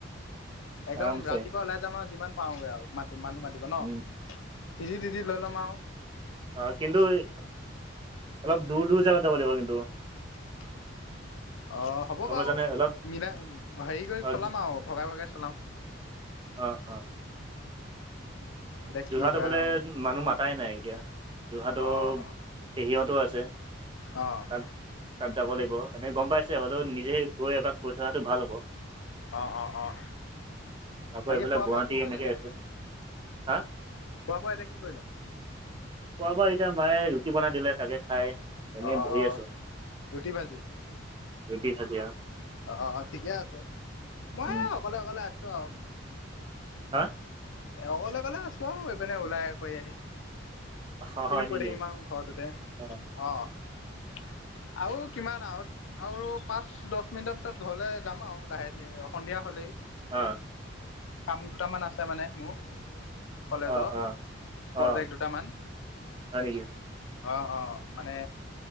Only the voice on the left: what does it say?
একদম
ৰাতিপুৱা ওলাই যাম আৰু যিমান পাওঁগৈ আৰু মাতি মানুহ মাত- তিব ন,
বিজি দি দি লৈ ল'ম আও।
<unintelligible> অঁ হ'ব
বাৰু
মিলায় হেৰি কৰি
চলাম আৰু ভগাই ভগাই চলাম।
এতিয়া কি
হয়
আৰু
অঁ
অঁ'
অঁ অঁ অঁ
বাকী
খোৱা
বোৱা কি কৰিলে
এতিয়া?
খোৱা বোৱা এতিয়া কি কৰিলা?
অ'
ৰুটি ভাঁজি।
অঁ ঠিকে আছে, মই
অকলে অকলে আছোঁ আৰু।
অকলে অকলে আছোঁ আও এইপিনে ওলাই কৰি আহি।
কিনো
কৰি থাকিম আৰু ঘৰটোতে,
অঁ। আও কিমান আগত? আৰু পাঁচ দহ মিনিটৰ পিছত ঘৰলে যাম আৰু লাহে ধীৰে সন্ধিয়া হ'লেই।
কাম দুটামান আছে মানে মোৰ। কলেজ
প্ৰজেক্ট
দুটামান।
অ অ মানে